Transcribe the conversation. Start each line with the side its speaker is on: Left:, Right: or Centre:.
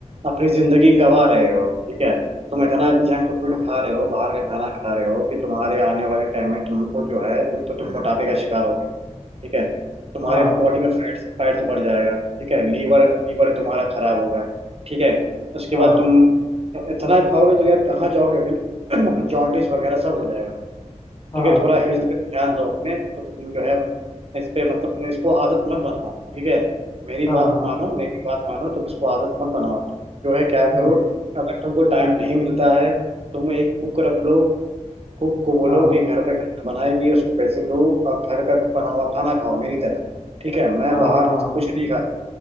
Right: अपनी जिंदगी गंवा रहे हो ठीक है तुम इतना जंक फूड खा रहे हो बाहर का खाना खा रहे हो कि तुम्हारे आने वाले टाइम में तुमको जो है एक तो तुम मोटापे का शिकार होगे ठीक है तुम्हारे
Left: हाँ
Right: बॉडी में फैट्स फैट्स बढ़ जाएगा ठीक है लीवर लीवर तुम्हारा खराब होगा ठीक है उसके
Left: हाँ
Right: बाद तुम इतना खाओगे तो यार कहाँ जाओगे फिर <clears throat> जॉन्डिस वगैरह सब हो जाएगा
Left: हाँ
Right: ठीक है थोड़ा हेल्थ पे ध्यान दो अपने तुम जो है इस पे मतलब इसको आदत मत बनाओ ठीक है मेरी
Left: हाँ
Right: बात
Left: हाँ,
Right: मानो मेरी बात मानो तुम इसको आदत मत बनाओ तुम जो है क्या करो
Left: हम्म।
Right: अगर तुमको टाइम नहीं मिलता है तुम एक कुक रख लो कुक को बोलो
Left: हाँ
Right: कि घर पे खाना बनाएगी उसको पैसे दो और घर का बना हुआ खाना खाओ मेरी तरह ठीक है मैं
Left: हाँ
Right: बाहर
Left: हाँ
Right: कुछ नहीं खाता